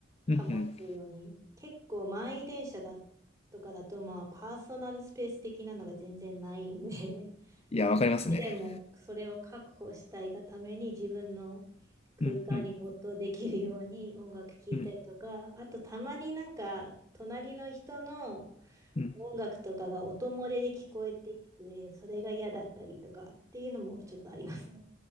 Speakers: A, on the left (about 30°); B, on the right (about 15°).
A: うんうん。
B: 保つように。結構満員電車だとかだと、まあパーソナルスペース的なのが全然ないんで、
A: いや、わかりますね。
B: 少しでもそれを確保したいがために自分の空間に没頭できるように音楽聴いたりとか、
A: うんうんうん
B: あとたまになんか隣の人の
A: うん。
B: 音楽とかが音漏れで聞こえてきて、それが嫌だったりとかっていうのもちょっとありますね。